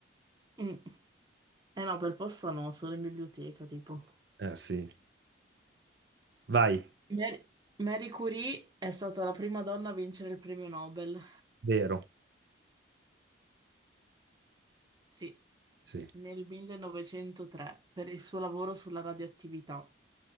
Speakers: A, on the right; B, on the right.
A: Mm. Eh no, per posta no, solo in biblioteca, tipo.
B: Eh sì. Vai,
A: Mary, Marie Curie è stata la prima donna a vincere il premio Nobel.
B: vero.
A: Sì,
B: Sì.
A: nel 1903 per il suo lavoro sulla radioattività.